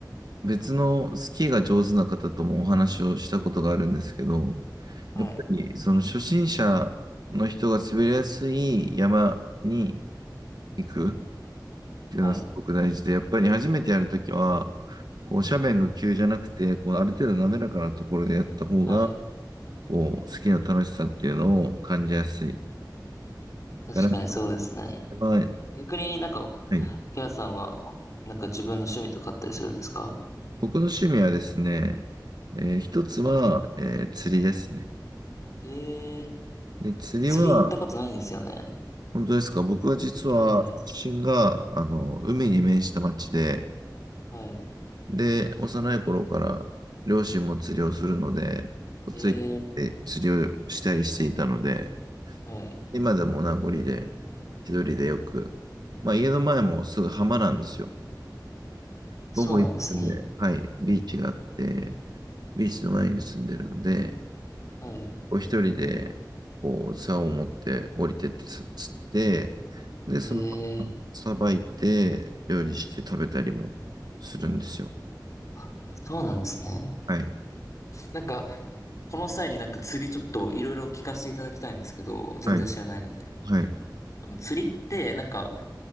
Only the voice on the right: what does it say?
別のスキーが上手な方ともお話をしたことがあるんですけど、
やっぱりその初心者の人が滑りやすい山に行くっていうのはすごく大事で、
やっぱり初めてやるときは、こう斜面が急じゃなくて、こうある程度滑らかなところでやった方が、
こうスキーの楽しさっていうのを感じやすい。
から、まあ、は
い。
僕の趣味はですね、えー一つは、えー釣りですね。
で、釣りは、
本当ですか。僕は実は、
出身が、あの、海に面した町で、
で、幼い頃から両親も釣りをするので、
ついて行って釣りをしたりしていたので、
今でも名残で、一人でよく、まあ家の前もすぐ浜なんですよ。
徒歩1分で、はい、ビーチがあって、ビーチの前に住んでるので、
こう一人で、こう、竿を持って降りてってさ釣って、で、
その、さばいて、料理して食べたりもするんですよ。
はい。
はい。はい。